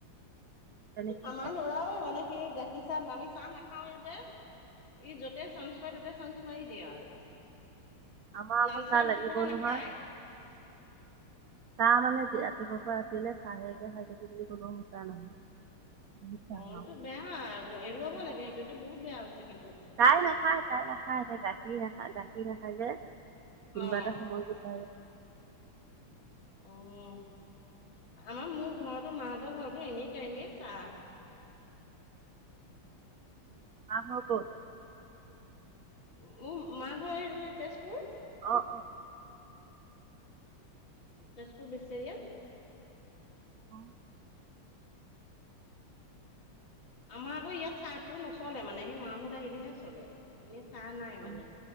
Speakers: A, on the right (about 80°); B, on the left (about 65°).
A: তেনেকে
B: আমাৰ
A: খাই।
B: লৰাও মানে সেই গাখীৰ চাহ আমি চাহ নাখাওৱে যে। ই য'তে চা্ঞ্চ পায় ততে চান্ঞ্চ মাৰি দিয়ে আৰু।
A: আমাৰ
B: লালচাহ
A: আকৌ চাহ
B: বুলি
A: লাগিব
B: ক'লে নাখায়।
A: নহয়, চাহ মানে ৰাতিপুৱাৰ পৰা ৰাতিলে চাহেকে খাই থাকি বুলি কলো মিচা নহয়। বহুত চাহ
B: অ
A: খাওঁ,
B: এইটো বেয়া এৰুৱাব
A: মই
B: লাগে সেইটোটো বহুত বেয়া হৈছে কিন্তু।
A: তাই নাখায় তাই নাখায় এতে গাখীৰ নাখায় গাখীৰ নাখায় যে কোনোবা
B: অ অ
A: এটা সময় গ- তাই
B: অ আমাৰ মোৰ ঘৰতো মাহতৰ ঘৰতো এনি টাইমে চাহ।
A: মা ঘৰ ক'ত?
B: মোৰ মা ঘৰ হে তেজপুৰ
A: অ অ।
B: তেজপুৰ বেচেৰীয়া।
A: অ
B: আমাৰ আকৌ ইয়াত চাহটো নচলে মানে সেই মাহত আহিলেহে চলে, এনেই চাহ নাই
A: আম-
B: মানে।